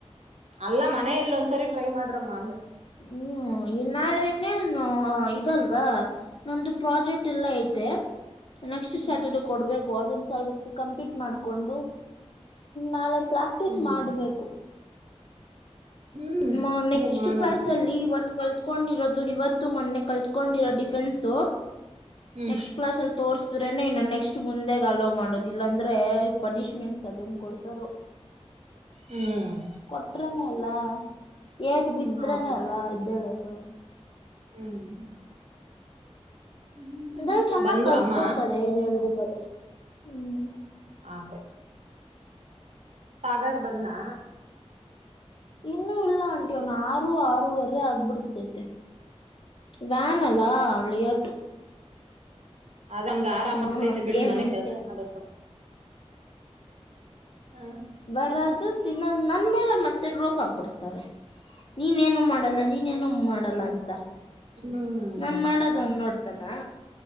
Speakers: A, on the right; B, on the left.
A: ಅಲ್ಲ ಮನೆಯಲ್ಲಿ ಒಂದ್ಸರಿ ಟ್ರೈ ಮಾಡ್ರಮ್ಮ ಅಂದೆ.
B: ಹ್ಮ್ ಈ <unintelligible> ಇನ್ನೇನು ಇದಲ್ವಾ. ನಂದು ಪ್ರಾಜೆಕ್ಟ್ ಇಲ್ಲೆ ಐತೆ ನೆಕ್ಸ್ಟ್
A: ಹ್ಮ್
B: ಸ್ಯಾಟರ್ಡೆ ಕೊಡ್ಬೇಕು ಅದನ್ನ ಸ್ವಲ್ಪ ಕಂಪ್ಲೀಟ್ ಮಾಡ್ಕೊಂಡು ನಾಲ್ಕ ಪ್ರಾಕ್ಟೀಸ್
A: ಹ್ಮ್
B: ಮಾಡ್ಬೇಕು.
A: ಹ್ಮ್
B: ಮ ನೆಕ್ಸ್ಟ್
A: ಮಾಡಮ್
B: ಕ್ಲಾಸ್. ಲ್ಲಿ ಇವತ್ತು ಕಲ್ತ್ಕೊಂಡಿರೋದು ಇವತ್ತು ಮೊನ್ನೆ ಕಲ್ತ್ಕೊಂಡಿರೋ ಡಿಫೆನ್ಸ್.
A: ಹ್ಮ್
B: ನೆಕ್ಸ್ಟ್ ಕ್ಲಾಸಲ್ಲಿ ತೋರಿಸ ಇದ್ರೇನೆ ಇನ್ನು ನೆಕ್ಸ್ಟ್ ಮುಂದೆಗ ಅಲೋ ಮಾಡೋದ ಇಲ್ಲಾಂದ್ರೆ ಪನಿಶ್ಮೆಂಟ್ಸ್ ಅದ ಹೆಂಗ್ ಕೊಡ್ತಾರೊ.
A: ಹ್ಮ್
B: ಕೊಟ್ರನೆೇ ಅಲ್ಲ ಏಟ್ ಬಿದ್ರನೆೇ
A: ಹೌದು
B: ಅಲ್ಲ ಏದ್ದೇಳೋದು.
A: ಹ್ಮ್ ಹ್ಮ್
B: ಅಂದ್ರ ಚೆನ್ನಾಗ್
A: ಬಂದ್ಲ
B: ಕಲ್ಸ್ಕೊಡ್ತಾರೆ
A: ಅಮ್ಮ
B: ಏನ್ ಹೇಳ್ಬೇಕಾದ್ರೆ ಹ್ಮ್.
A: <inaudible> ಸಾಗರ್ ಬಂದ್ನಾ.
B: ಇನ್ನು ಇಲ್ಲ ಆಂಟಿ ಅವನ್ ಆರು ಆರೂವರೆ ಆಗ್ಬಿಡ್ತೈತೆ. ವ್ಯಾನ್ ಅಲ್ಲಾ ಲೇಟು.
A: ಅದನ್ಗೆ ಆರಾಮ
B: ಹ್ಮ
A: ಆಗ್ತೈತೆ ಬಿಡು
B: ಏನ್
A: ಮನೆ
B: ಒಂದ್
A: ಕೆಲ್ಸ ಮಾಡೋದು. ಹೇ ಹ್ಮ್
B: ಬರೋದು ತಿನ್ನೋದು ನನ್ ಮೇಲೆ ಮತ್ತೆ ರೋಪ ಆಗ್ಬಿಡ್ತಾರೆ. ನೀನೇನು ಮಾಡಲ್ಲ ನೀನೇನು. ಹ ಮಾಡಲ್ಲ ಅಂತ
A: ಹ್ಮ್
B: ನಾನ್ ಮಾಡೋದನ ನೋಡ್ತಾನ.